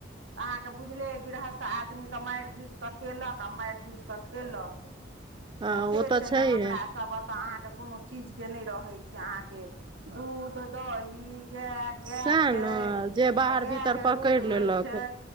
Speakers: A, on the right; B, on the right.
A: तऽ अहाँ के बुझले गृहस्थ आदमी तऽ मारि धुइस के केलक आ मारि धुइस स कलेक
B: हँ
A: त से
B: ओ तऽ
A: छइन
B: छैहे
A: त सब ओत आँह के चीज के नहि रहै छै अहाँ के दूध दही <unintelligible> गाए
B: सएह
A: छै तऽ
B: ने जे बाहर
A: गाय
B: भीतर
A: के
B: पकड़ि
A: दूध
B: लेलक
A: होइ छै।